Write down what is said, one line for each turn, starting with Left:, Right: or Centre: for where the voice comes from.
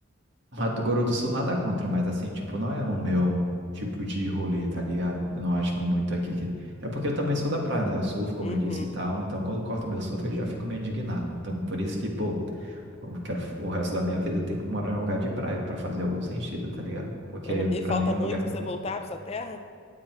Right: Mato Grosso do Sul nada contra, mas assim, tipo, não é o meu tipo de rolê, tá ligado? Eu não acho muito aqui que. É porque eu também sou da praia, né? Eu surfo, como
Left: Uhum,
Right: eu disse e tal. Então, quando corta meu surf, eu já fico meio indignado. Então, por isso que, pô, eu quero o resto da minha vida eu tenho que morar em um lugar de praia pra fazer algum sentido, tá ligado? Porque
Left: uhum.
Right: pra
Left: E falta
Right: mim é
Left: muito
Right: um lugar que
Left: pra
Right: não.
Left: você voltar pra sua terra?